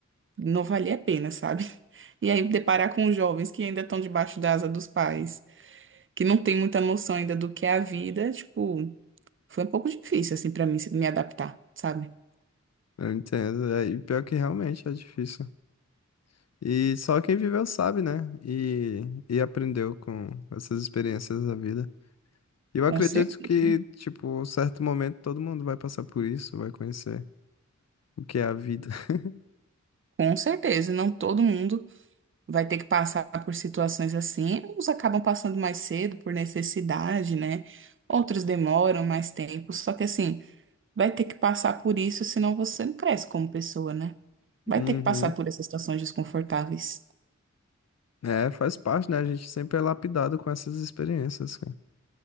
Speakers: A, on the right (about 45°); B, on the left (about 60°).
A: não valia a pena, sabe? <laughs> E aí deparar com os jovens que ainda estão debaixo da asa dos pais, que não tem muita noção ainda do que é a vida, tipo, foi um pouco difícil assim pra mim se- me adaptar, sabe?
B: Eu entendo. É, e pior que realmente é difícil. E só quem viveu sabe, né? E, e aprendeu com essas experiências da vida. E eu acredito
A: Com certeza.
B: que, tipo, um certo momento todo mundo vai passar por isso, vai conhecer o que é a vida. <laughs>
A: Com certeza, não todo mundo vai ter que passar por situações assim. Uns acabam passando mais cedo por necessidade, né? Outros demoram mais tempo, só que assim, vai ter que passar por isso, senão você não cresce como pessoa, né?
B: Uhum.
A: Vai ter que passar por essas situações desconfortáveis.
B: É, faz parte, né? A gente sempre é lapidado com essas experiências, cara.